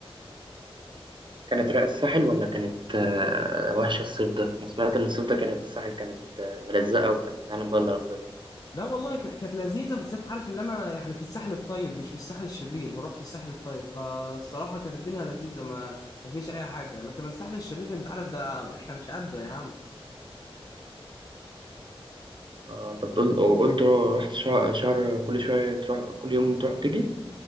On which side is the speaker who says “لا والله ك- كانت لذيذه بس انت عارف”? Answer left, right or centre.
Left